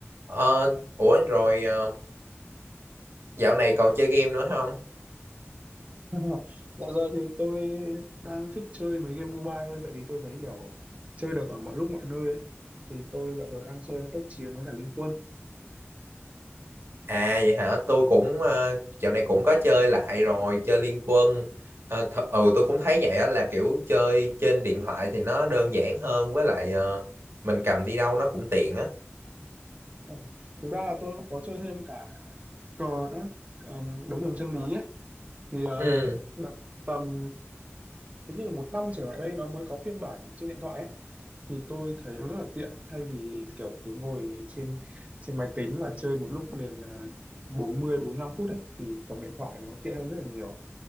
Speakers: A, on the right (about 60°); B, on the right (about 30°).
A: Ờ, ủa rồi ờ, dạo này còn chơi game nữa không
B: <laughs> dạo giờ thì tôi đang thích chơi mấy game mobile hơn tại vì tôi thấy kiểu chơi được ở mọi lúc mọi nơi ấy. thì tôi dạo giờ đang chơi tốc chiến với cả liên quân
A: À vậy hả? Tôi cũng ờ, dạo này cũng có chơi lại rồi, chơi Liên Quân. Ờ, th ừ tôi cũng thấy vậy á là kiểu chơi trên điện thoại thì nó đơn giản hơn với lại ờ, mình cầm đi đâu nó cũng tiện á.
B: Ờ, thực ra là tôi cũng có chơi thêm cả cờ nữa um, đấu trường chân lý ấy thì ờ,
A: Ừ,
B: là tầm hình như là một năm trở lại đây nó mới có phiên bản trên điện thoại ấy thì tôi thấy nó rất là tiện thay vì kiểu cứ ngồi trên trên máy tính và chơi một lúc liền à, 40 lăm phút đấy thì cầm điện thoại nó tiện hơn rất là nhiều